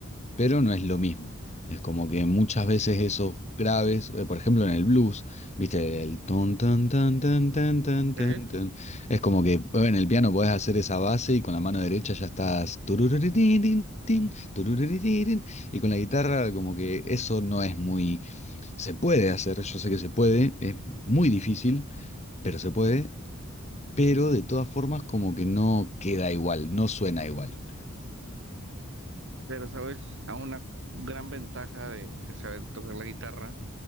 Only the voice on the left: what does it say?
pero no es lo mismo. Es como que muchas veces esos graves, eh, por ejemplo en el blues, viste, el ton tan tan tan tan tan tan
tan. Es como que eh, en el piano podés hacer esa base y con la mano derecha ya estás turururitín, tin, tin, turururitín, y con la guitarra como que eso no es muy se puede hacer, yo sé que se puede, es muy difícil, pero se puede, pero de todas formas como que no queda igual, no suena igual.